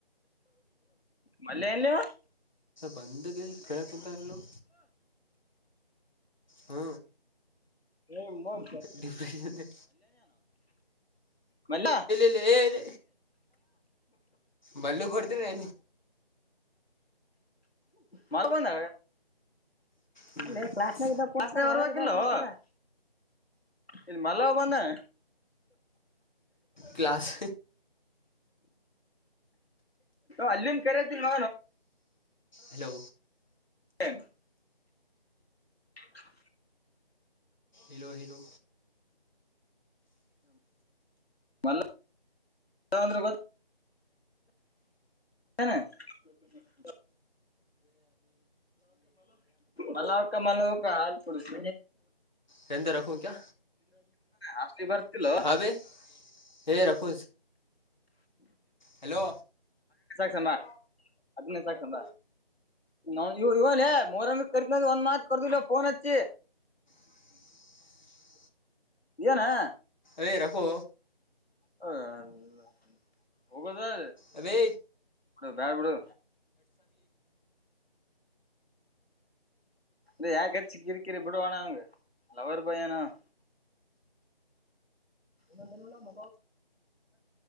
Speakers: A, on the left (about 90°); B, on the left (about 50°).
A: ಮಲ್ಲ ಎಲ್ಲವ
B: ಬಂದ ಕೆಳಗೆ ಕುಂತನಾ ಅಲಾವಾ ಹಾ
A: ಮ
B: ಡಿಪ್ರೆಶನ್ ಆಲ್
A: ಮಲ್ಲ
B: ಇಲ್ಲ ಏ ಇಲ್ಲ ಮಲ್ಲು ಗೆ ಕೊಡ್ತೀನಿ
A: ಮಲ್ಲು ಬಂದನ
B: ಟು ಮಿನಟ್ಸ್
A: ಲೆ ಕ್ಲಾಸ್ ಅಲ್ಲಿ ಇದ್ದಾಗ ಫೋನ್ ಮಾಡ್ತೀಯ ಇಲ್ಲಿ ಮಲ್ಲ ಬಂದನಾ
B: ಕ್ಲಸ್
A: ಅಲ್ಲಿನ್ ಕರಿಯತಿನಿ
B: ಹಲೋ
A: ಹ ಹ <unintelligible>
B: ಹಲೋ ಹೆಲೋ
A: ಮಲ್ಲ ಅಂದ್ರೆ ಗೊತ್ತು ಹನ <unintelligible> ಮಲ್ಲವಕ ಮಲ್ಲವಕ ಹಾಲು ಕುಡಿಸು
B: ಅ ಅಂದರ್ ರಾಕ್ಹು ಕ್ಯಾ
A: ಅಷ್ಟು ಬರ್ತಿಲ್ಲೋ
B: ಹಾ ಬೈ ಹೇ ಹೇ ರಾಕು ಹಲೋ
A: ಸಾ ಅಟೆಂಡೆನ್ಸ್ ಹಕಮ ಬಾ ಇವ ಲೆ ಮೋರಾಮ ಕರಿತನೆನೆಧು ಒಂದ್ ಮಾತ್ ಕರ್ದಿಲ್ಲ ಪೋನ್ ಅಚ್ಚಿ
B: ಹ <unintelligible>
A: ಏನಾ..
B: ಏ ರಕೋ
A: ಹ ಮುಗಿದು ಹೋಗಿದೆ
B: ಅ ಬೇ
A: ಬೇಡ ಬೀಡು ಇ ಯಾಕ ಹಚ್ಚಿ ಕಿರಿ ಕೀರಿ ಬಿಡ ಅಣ್ಣ ಅವಂಗ ಲವರ್ ಬಾಯ್ ಅನ ಅವ ನಡತ